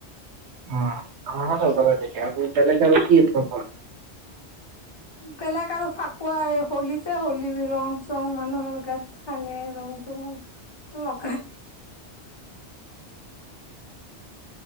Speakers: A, on the right; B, on the left.
A: উম, আমাৰ <unintelligible> বেলেগে আৰু কি ক'ব।
B: বেলেগ আৰু ফাকুৱা আৰু হলী যে হলীৰ ৰং-চং মানুহৰ গাত সানে ৰং-চং লগাই।